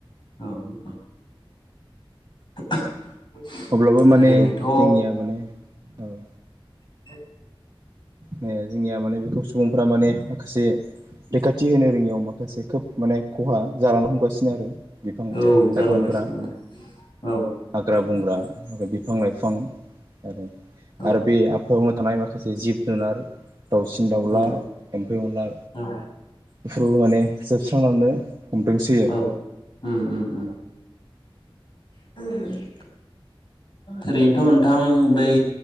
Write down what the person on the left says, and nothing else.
औ <inaudible>
ओरैनोथ'
<inaudible>
औ
जालांगासिनो औ
औ
औ
औ
औ उम उम <unintelligible> ओरैनोथ' नोंथां बै